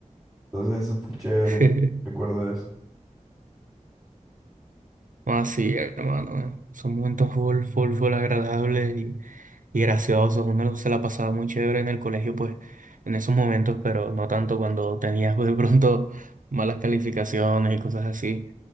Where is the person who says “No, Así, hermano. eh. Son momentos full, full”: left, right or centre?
Right